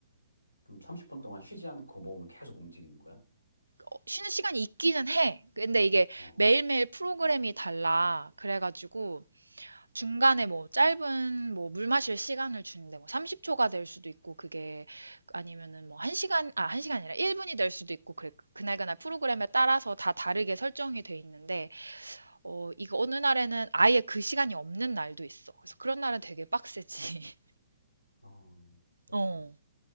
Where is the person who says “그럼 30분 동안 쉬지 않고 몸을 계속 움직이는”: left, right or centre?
Left